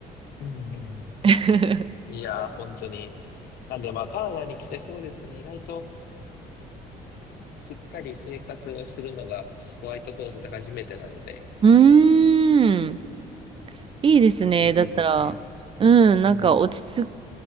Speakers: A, on the left; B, on the right.
A: うんうん
B: <laughs>
A: いやー、本当に。なんでまあ、カナダに来てそうですね。意外としっかり生活をするのがホワイトホースで初めてなので、
B: うーん。いいですね。
A: 楽しみですね。
B: だったら、うん、
A: うん。
B: なんか落ち着く、